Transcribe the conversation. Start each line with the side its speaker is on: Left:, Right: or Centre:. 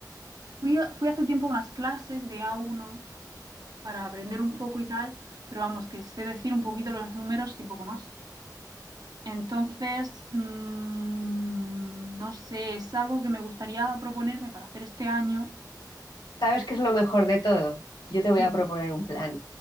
Right: fui, a- fui hace tiempo a unas clases de A1 para aprender un poco y tal, pero vamos, que sé decir un poquito los números y poco más. Entonces, mm, no sé, es algo que me gustaría proponerme para hacer este año.
Left: ¿Sabes qué es lo mejor de todo? Yo te voy
Right: Dime.
Left: a proponer un plan.